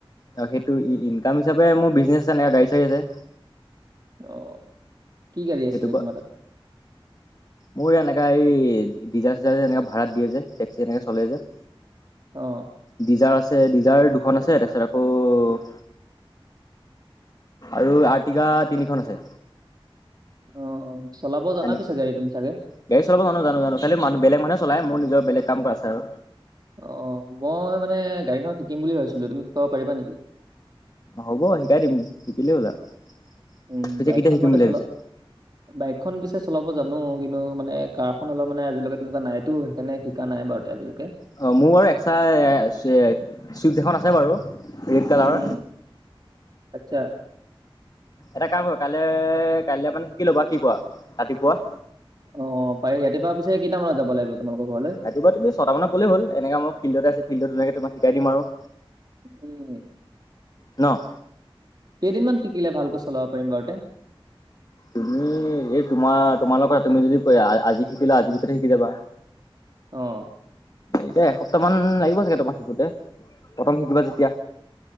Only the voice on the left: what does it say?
আৰু সেইটো ইনকাম হিচাপে মোৰ বিজনেছ এনে গাড়ী চাৰি আছে।
সেইটো পৰা
মোৰ এনেকা এই, ডিজায়াৰ চিজায়াৰ যে এনেকে ভাড়াত দিয়ে যে, টেক্সি এনেকে চলে যে
ডিজাৰ আছে, ডিজাৰ দুখন আছে তাৰপিছত আকৌ আৰু আৰ্টিকা তিনিখন আছে।
এনে
গাড়ী চলাব জানো জানো জানো, খালি মান বেলেগ মানুহে চলাই মোৰ নিজৰ বেলে কাম আছে আৰু।
হ'ব শিকাই দিম শিকিলেই হ'ল আৰু।
পিছে
কেতিয়া শিকিম
বুলি
ভাবিছো?
অ', মোৰ বাৰু এক্সট্ৰা <unintelligible> ছুইফ্ট এখন আছে বাৰু। ৰেড কালাৰৰ।
এটা কাম কৰিবা, কাইলে-কাইলে মানে শিকি ল'বা কি কোৱা, ৰাতিপুৱা।
ৰাতিপুৱা তুমি ছটা মানত গ'লেই হ'ল। এনকে মই ফিল্ডতে আছে, ফিল্ডত ধুনীয়াকে তোমাক শিকাই দিম আৰু।
ন'?
তুমি এই তোমাৰ, তোমাৰ লগত কথা! তুমি যদি আজি শিকিলা, আজিৰ ভিতৰতে শিকি যাবা।
এতিয়া এসপ্তাহ মান লাগিব চাগে তোমাৰ শিকোঁতে, প্ৰথম শিকিবা যেতিয়া।